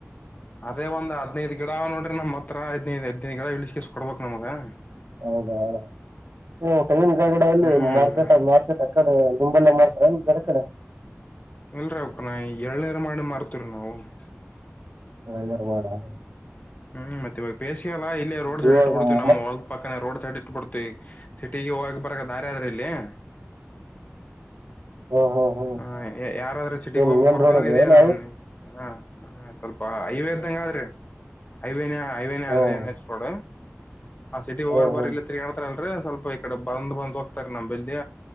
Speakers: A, on the left; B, on the right.
A: ಅದೇ, ಒಂದ್ದ್ನೈದು, ಗಿಡ ನೋಡ್ರಿ ನಮ್ಮ್ ಹದಿನಾಯಿದು, ಗಿಡ ಇಳಿಸ ಕಿಸ ಕೊಡ್ಬಬೇಕಕ್ನಿಮ್ಗ. <inaudible>
B: ಹೌದಾ, ಹೂ, ತೆಂಗಿನ ಕಾಯಿ, ಗಿಡ ಎಲ್ಲಿ,
A: ಹ್ಮ್
B: ಮಾರ್ಕೆಟ್ ಮಾರ್ಕೆಟ್, ಆಕಡೆ. <inaudible> ನಿಮ್ಮಲೆ, ಮಾಡ್ತಾರೆ, ಏನು, ಬೇರೆ, ಕಡ್ಡೆ. <inaudible>
A: ಇಲ್ರೀ ಅಕಣ <unintelligible>
B: ಎಳ್ನೀರ್ ಮಾರ. <inaudible>
A: ಹ್ಮ್, ಮತ್ತ ಇವಾಗ, ಬೆಸಿ, ಅಲ್ಲ, ಇಲ್ಲಿ, ರೋಡ್ ಸೈಡ್,
B: ಇವಾಗ
A: ಇಟ್ಟು, ಬಿಡ್ತೀನಿ, ನಮ್ಮ
B: ಮತ್
A: ಹೊಲ್ದ ಪಕ್ಕ ರೋಡ್. <inaudible> ಸೈಡ್, ಇಟ್ಬಿಡ್ತವಿ, ಸಿಟಿಗೆ ಹೋಗ ಬರ ದಾರಿ ಆದ್ರ ಇಲ್ಲಿ? <inaudible>
B: ಹ್ಮ್ ಹ್ಮ್ ಹ್ಮ್
A: ಹ, ಯಾರಾದ್ರೂ ಸಿಟಿಗೆ!
B: ಏನ್
A: ಹೋಗಕ್
B: ಮೇನ್
A: ಬರ್ಬೇಕು,
B: ರೋಡ್
A: ಅಂದ್ರೆ
B: ಅದ
A: ಇದೇನ
B: ಏನ್
A: ಹ. <inaudible> ಹ, ಸ್ವಲ್ಪ, ಹೈವೇ, ಇದ್ದಂಗ ಆದ್ರಿ! ಐವೇನೇ ಐವೇನೇ,
B: ಹ್ಮ್
A: ಆದ್ರಿ, ನೆಕ್ಸ್ಟ್, ರೋಡು. <inaudible> ಆ, ಸಿಟಿ ಹೋಗಲ
B: ಹ್ಮ್
A: ಬರಲಿಲ್ಲ
B: ಹ್ಮ್
A: ತಿರ್ಗಾಡ್ತಾರೆ? <inaudible> ಬಾರಿ, ಒಂದು, ಸ್ವಲ್ಪ ಈ ಕಡೆ ಬಂದ ಬಂದ್ ಹೋಗ್ತಾರೆ! ನಮ್ಮ್ ಬಾಳಿ